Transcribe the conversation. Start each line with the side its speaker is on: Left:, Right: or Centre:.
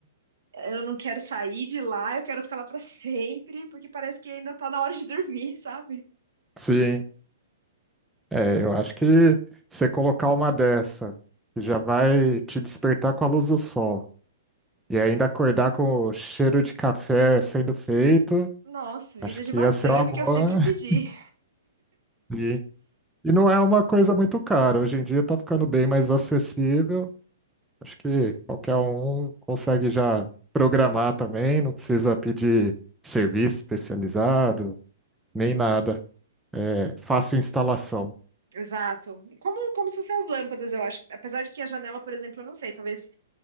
Right: eu não quero sair de lá, eu quero ficar lá pra <laughs> sempre, porque parece que ainda tá na hora de dormir, sabe?
Centre: Sim. É, eu acho que você colocar uma dessa, que já vai te despertar com a luz do sol, e ainda acordar com o cheiro de café sendo feito,
Right: Nossa, vida
Centre: acho
Right: de
Centre: que
Right: madame
Centre: ia ser uma boa.
Right: que eu sempre pedi.
Centre: <laughs> E, e não é uma coisa muito cara. Hoje em dia tá ficando bem mais acessível. Acho que qualquer um consegue já programar também, não precisa pedir serviço especializado, nem nada. É fácil instalação.
Right: Exato. Como, como se fossem as lâmpadas, eu acho. Apesar de que a janela, por exemplo, eu não sei. Talvez,